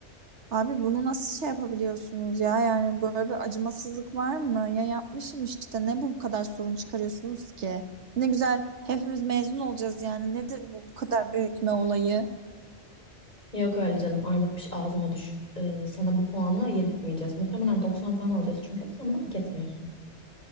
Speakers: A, on the right (about 75°); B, on the left (about 40°).
A: Abi bunu nasıl şey yapabiliyorsunuz ya? Yani böyle bir acımasızlık var mı? Ya yapmışım işte. Ne bu kadar sorun çıkarıyorsunuz ki? Ne güzel hepimiz mezun olacağız yani. Nedir bu bu kadar büyütme olayı?
B: Yok öyle canım armut piş ağzıma düş. Ee, sana bu puanı yedirtmeyeceğiz. Muhtemelen 90 falan alacağız çünkü sen bunu hak etmiyorsun.